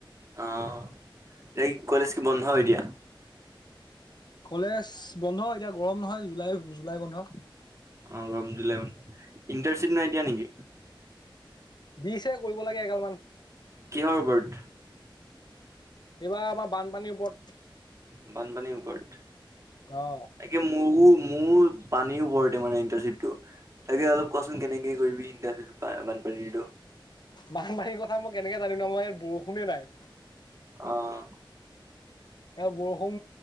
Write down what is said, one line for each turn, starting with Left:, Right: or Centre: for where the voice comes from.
Right: অ', এই কলেজ কি বন্ধ এতিয়া?
Left: কলেজ বন্ধ এতিয়া গৰম নহয় জুলাই, জুলাই বন্ধ।
Right: অ' গৰম দিলে মানে ইণ্টাৰ চিট নাই দিয়া নেকি?
Left: দিছে কৰিব লাগে এগাল মান।
Right: কিহৰ ওপৰত?
Left: কিবা আমাৰ বানপানীৰ ওপৰত।
Right: বানপানীৰ ওপৰত
Left: অ',
Right: তাকে মোৰ মোৰ পানীও ওপৰতে মানে ইণ্টাৰশ্বিপ টো তাকে অলপ কচোন কেনেকে কৰিবি ইণ্টাৰ্ণশ্চিপ বানপানীৰটো
Left: বানপানীৰ কথা মই কেনেকে জানিম? আমাৰ ইয়াত বৰষুণে নাই।
Right: অহ।
Left: এ বৰষুণ